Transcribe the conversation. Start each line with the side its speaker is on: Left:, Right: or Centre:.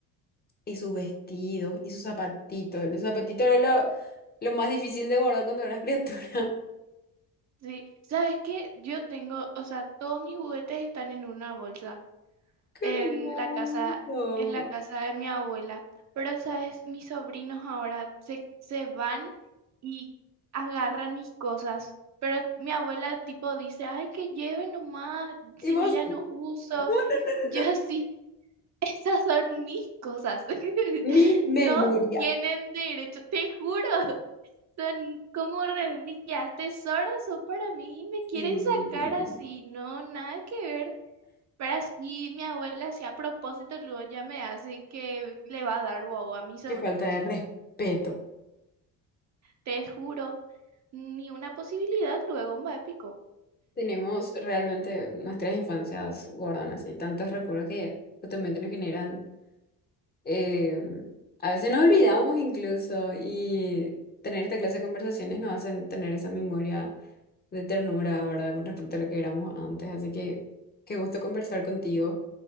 Left: Y sus vestidos, y sus zapatitos. Los zapatitos eran lo, lo más difícil de guardar cuando eras criatura. <laughs>
Right: Sí, ¿sabes qué? Yo tengo, o sea, todos mis juguetes están en una bolsa.
Left: ¡Qué
Right: en
Left: hermoso!
Right: la casa, en la casa de mi abuela. Pero, ¿sabes? Mis sobrinos ahora se, se van y agarran mis cosas. Pero mi abuela tipo dice, ay, que lleven nomás, si
Left: Y vos,
Right: yo ya
Left: no,
Right: no uso.
Left: no, no,
Right: Yo
Left: no.
Right: así, <laughs> esas son mis cosas. <laughs>
Left: Mi memoria.
Right: No tienen derecho, te juro, son como reliquias, tesoros son para mí me quieren
Left: Sí.
Right: sacar así. No, nada que ver. Pero así mi abuela, si a propósito, luego ya me hace que le va a dar guau a mis sobrinos.
Left: Qué falta de respeto.
Right: Te juro, ni una posibilidad luego, va épico.
Left: Tenemos realmente nuestras infancias guardan así tantos recuerdos que justamente nos generan. eh, a veces nos olvidamos incluso y tener esta clase de conversaciones nos hacen tener esa memoria de ternura, ¿verdad? Con respecto a lo que éramos antes. Así que qué gusto conversar contigo.